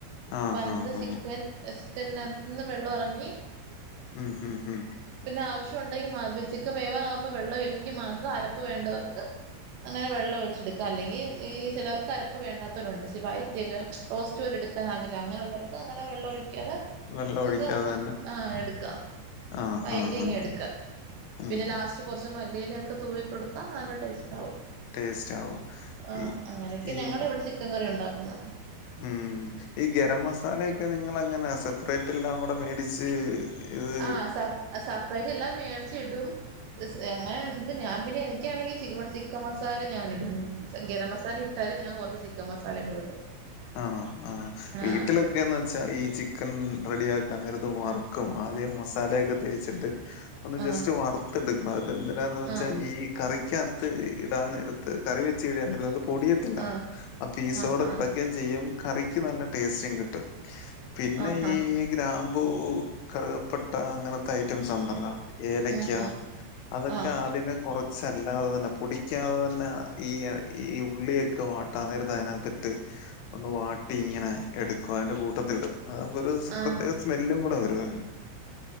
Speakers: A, on the left; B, on the right.
A: ആ
B: പന്തറ്
A: ആ ആ
B: ചിക്കൻ ചിക്കൻ അനാത്ത്ന്ന് വെള്ളം എറങ്ങി
A: ഉം ഉം ഉം
B: പിന്നെ ആവിശ്യം ഒണ്ടെങ്കി മാ ചിക്കാൻ മേവറാ ആക്മ്പോ വെള്ള ഇല്ലെങ്കി മാത്രം അരപ്പ് വേണ്ടവർക്ക് അങ്ങനെ വെള്ളം ഒയിച്ചെടുക്ക അല്ലെങ്കി ഈ ചെലർക്ക് അരപ്പ് വേണ്ടാത്താവേരൊണ്ട് ഇച്ചിരി വയിറ്റിക്കേ റോസ്റ്റ് പോലേ എട്ക്കാ ആഗ്രഹാ അങ്ങനെയോള്ള വർക്ക് അങ്ങെനെ വെള്ളം ഒഴി ഒഴിക്കാതെ
A: വെള്ളം
B: നമ്മക്ക്
A: ഒഴിക്കാതെ തന്നെ
B: ആഹ് എടുക്കാം
A: ആ
B: വയറ്റിങ്ങ്
A: ആ ആ
B: എട്ക്കാം
A: ഉം
B: പിന്നെ ലാസ്റ്റ് കൊറച്ച് മല്ലിലൊക്കെ തുവി കൊട്ത്താ നല്ലാ ടേസ്റ്റാവും
A: ടേസ്റ്റ് ആവും
B: ആഹ്
A: ഈ
B: അങ്ങനെയൊക്കെ
A: ഈ
B: ഞങ്ങള് ഇവടെ ചിക്കൻ കറി ഒണ്ടാക്ക്ന്നേ
A: ഉം ഈ ഗരം മസാലൊക്കെ നിങ്ങള് എങ്ങനാ സെപ്പറേറ്റ് എല്ലാം കൂടെ മേടിച്ച് ഇത്
B: ആഹ് സപ്പ സപ്പേറ്റ് എല്ലാം മേടിച്ച് ഇടും സ് അങ്ങനെ ഒണ്ട് ഞാൻ പിന്നെ എനിക്ക്യാണെങ്കി ചി ഇവടെ ചിക്കൻ മസാല ഞാൻ ഇടും ഗരം മസാല ഇ ഇട്ടാലും ഞാൻ കൊറച്ച് ചിക്കൻ മസാലയും കൂടെ ഇടും
A: ആണോ ആഹ് വീട്ടിലൊക്കെന്ന്
B: ആഹ്
A: വെ ച്ചാ ഈ ചിക്കൻ റെഡിയാക്കാൻ നേരത്ത് വറക്കും ആദ്യം മസാലയൊക്കെ തേച്ച്ട്ട് ഒന്ന്
B: ആഹ്
A: ജെസ്റ്റ് വറ്ത്ത് എട്ക്കും ആദ്യം എതെന്തിനാന്ന് വെച്ചാ
B: ആഹ്
A: ഈ കറിക്ക്യാത്ത് ഇടാൻ നേര ത്ത് കറി വെച്ച് കഴിഞ്ഞാൽ അത് പൊടിയത്തില്ല.
B: ആഹ്
A: ആ പീസോടെ
B: ആഹ്
A: ക ഴിക്കേം ചെയ്യും കറിക്ക് നല്ല ടേസ്റ്റും കിട്ടും. പിന്നെ
B: ആഹ് ആഹ് ആഹ് ആഹ്
A: ഈ ഗ്രാമ്പൂ, കറ്കപ്പെട്ട അങ്ങന ത്തെ ഐറ്റംസ് ഒണ്ടല്ലോ ഏലക്ക്യ
B: ഉം ഉം
A: അതൊക്കെ
B: ആഹ്
A: ആദ്യമേ കൊറച്ചല്ലാതെ തന്നെ പൊടിക്ക്യാതെ തന്നെ ഈ ഈ ഉള്ളിയൊക്കെ വാട്ടാൻ നേരത്ത് അതിനാത്തിട്ട് ഒന്ന് വാട്ടി ഇങ്ങനെ എടുക്കും അയിന്റെ കൂട്ടത്തില് ഇടും അതാമ്പോ ഒര്
B: ആഹ് ആഹ്
A: പ്രത്യേക സ്മെല്ലും കൂടെ വരും അതിന്